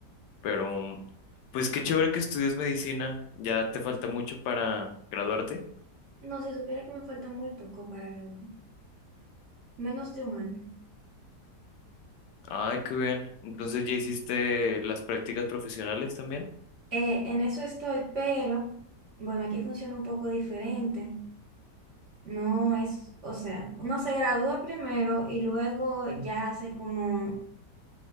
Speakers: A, on the left; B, on the right.
A: Pero, mm, pues qué chévere que estudies medicina, ya te falta mucho para graduarte.
B: No, si supiera que me falta muy poco para graduar, menos de un año.
A: Ay, qué bien. Entonces, ¿ya hiciste las prácticas profesionales también?
B: Eh, en eso estoy, pero bueno, aquí funciona un poco diferente. No, es, o sea, uno se gradúa primero y luego ya hace como